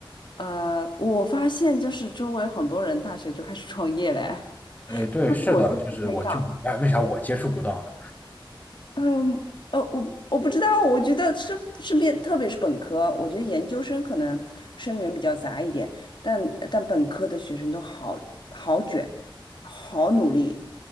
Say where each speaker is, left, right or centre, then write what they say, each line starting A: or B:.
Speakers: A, on the left (about 60°); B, on the left (about 20°).
A: 呃，我发现就是周围很多人大学就开始创业嘞，
B: 哎，对，
A: 跟国内不太一样。
B: 是的，就是我就明白为啥我接触不到呢？
A: 嗯，呃，我我不知道，我觉得是是边，特别是本科，我觉得研究生可能生源比较杂一点，但但本科的学生都好好卷，好努力，